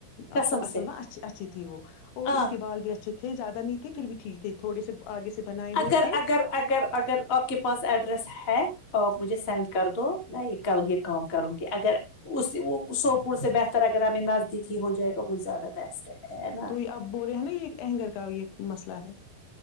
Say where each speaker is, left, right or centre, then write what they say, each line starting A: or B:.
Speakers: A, on the left (about 35°); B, on the left (about 80°).
A: کسم
B: اصل اصل
A: سے
B: نا اچھی اچھی تھی وہ اور
A: آ
B: اس کے بال بھی اچھی تھے زیادہ نہیں تھے پھر بھی ٹھیک تھے تھوڑے سے آگے سے بنائے ہوئے
A: اگر
B: تھے
A: اگر اگر اگر آپ کے پاس ایڈریس ہے آپ مجھے سینڈ کر دو میں یے کل یے کام کروں گی اگر اسے وہ سوپور سے بہتر اگر ہمیں نزدیکی ہو جائے گا وہ زیادہ بیسٹ ہے نا
B: تو آپ بول رہے ہیں یے اہنگر کا بھی ایک مسئلہ ہے